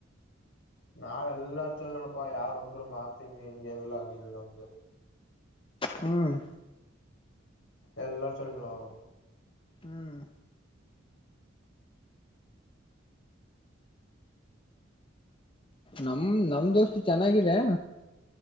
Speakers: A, on the left; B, on the left.
A: ನಾವಲ್ಲರ ಚಲದೋಣ್ಣಪ್ಪಾ ಯಾರೊಬ್ರು ಮಾತ್ ಹಿಂಗಿ ಹಿಂಗೇ ನಿಲ್ಲ ಹಂಗೇನ್ಇಲ್ಲಾ ನಮ್ದ್
B: ಹ್ಮ್
A: ಎಲ್ಲಾರು ಚೊಲೊದಿವ್ ನಾವು.
B: ಹ್ಮ್ ನಮ್ ನಮ್ ದೋಸ್ತು ಚೆನ್ನಾಗಿದೆ.